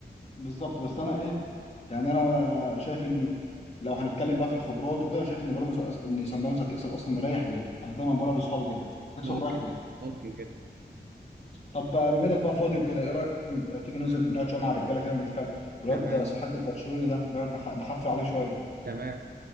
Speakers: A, on the left (about 35°); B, on the right (about 60°).
A: بالظبط بس انا ايه يعني انا شايف ان لو هنتكلم بقى في الخبرات وكده انا شايف ان بيراميدز ان صن داونز هتكسب اصلا رايح جاي انا دايما بقولها لاصحابي كده هتكسب
B: ممكن
A: رايح جاي
B: ممكن جدا
A: طب بما انك بقى فاضي وكده ايه رايك تيجي ننزل نقعد شويه مع الرجاله كده ونتكلم والواد
B: تمام
A: ده صاحبنا البرشلوني ده نقعد نح- نحفل عليه شويه
B: تمام